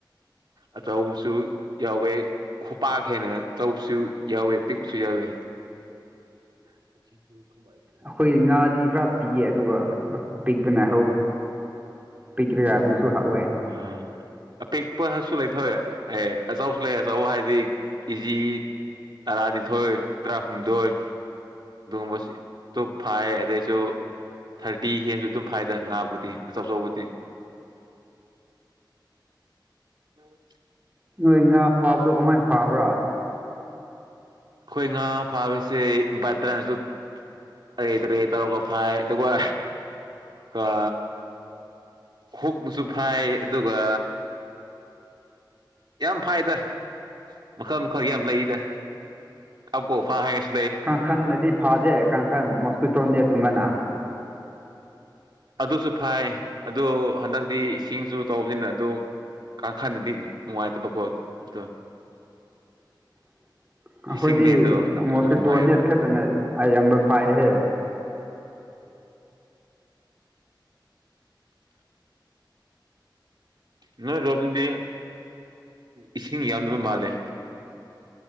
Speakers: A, on the right (about 65°); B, on the right (about 20°).
A: ꯑꯆꯧꯕꯁꯨ ꯌꯥꯎꯋꯦ ꯈꯨꯄꯥꯛ ꯍꯦꯟꯅ ꯌꯥꯎꯕꯁꯨ ꯌꯥꯎꯋꯦ ꯄꯤꯛꯄꯁꯨ ꯌꯥꯎꯋꯦ <inaudible> <unintelligible>
B: ꯑꯩꯈꯣꯏꯒꯤ ꯉꯥꯗꯤ ꯈꯔ ꯄꯤꯛꯌꯦ ꯑꯗꯨꯒ ꯄꯤꯛꯄꯅ ꯄꯤꯛꯔꯒ ꯑꯗꯨꯁꯨ ꯍꯥꯎꯋꯦ <inaudible>
A: ꯎꯝ ꯑꯄꯤꯛꯄꯁꯨ ꯂꯩꯇꯧꯋꯦ ꯑꯦ ꯑꯆꯥꯎꯁꯨ ꯂꯩꯌ‌ꯦ ꯑꯆꯥꯎꯕ ꯍꯥꯏꯗꯤ ꯀ‌ꯦꯖꯤ ꯇꯔꯥꯅꯤꯊ‌ꯣꯏ ꯇ꯭ꯔꯥꯍꯨꯝꯗꯣꯏ ꯑꯗꯨꯒꯨꯝꯕ ꯇ ꯐꯥꯏ ꯑꯗꯩꯁꯨ ꯊꯥꯔꯇꯤ ꯍꯦꯟꯅ ꯑꯗꯨꯝ ꯐꯥꯏꯗ ꯉꯥꯕꯨꯗꯤ ꯑꯆꯧꯕꯕꯨꯗꯤ <inaudible>
B: ꯅꯣꯏ ꯉꯥ ꯐꯥꯕꯗꯣ ꯀꯃꯥꯏꯅ ꯐꯥꯕ꯭ꯔꯥ
A: ꯑꯩꯈꯣꯏ ꯉꯥ ꯐꯥꯕꯁꯦ ꯏꯄꯥꯇꯔꯅꯁꯨ ꯑ ꯇꯔꯦ ꯇꯧꯔꯒ ꯐꯥꯏ ꯑꯗꯨꯒ ꯑ ꯍꯨꯛꯄꯁꯨ ꯐꯥꯏ ꯑꯗꯨꯒ ꯌꯥꯝ ꯐꯥꯏꯗ ꯃꯈꯜ ꯃꯈꯜꯒꯤ ꯌꯥꯝ ꯂꯩꯗ ꯀꯥꯞ ꯀ ꯐ ꯍꯥꯏꯁ
B: ꯀꯥꯡꯈꯟꯅꯗꯤ ꯐꯥꯗꯦ ꯀꯥꯡꯈꯟ ꯃꯣꯁꯀꯇꯣ ꯅꯦꯠꯀꯨꯝꯕꯅ
A: ꯑꯗꯨꯁꯨ ꯐꯥꯏ ꯑꯗꯨ ꯍꯟꯗꯛꯇꯤ ꯏꯁꯤꯡꯁꯨ ꯆꯥꯎꯕꯅꯤꯅ ꯑꯗꯨ ꯀꯥꯡ ꯈꯟꯅꯗꯤ ꯅꯨꯡꯉꯥꯏꯇꯕꯀꯣ ꯑꯗ‌ꯣ
B: <inaudible> ꯑꯩꯈꯣꯏꯗꯤ
A: ꯐꯤꯁꯤꯡꯅꯦ ꯑꯗꯣ ꯑꯗꯨ
B: ꯃꯣꯁꯀꯤ꯭ꯔꯤꯇꯣ
A: ꯅꯨꯡꯉꯥꯏꯕ
B: ꯅꯦꯠ ꯈꯛꯇꯅ ꯑꯌꯥꯝꯕ ꯐꯥꯏꯍꯦ
A: ꯅꯣꯏ ꯔ‌ꯣꯝꯗꯗꯤ ꯏꯁꯤꯡ ꯌꯥꯝꯗꯕ ꯃꯥꯜꯂꯦ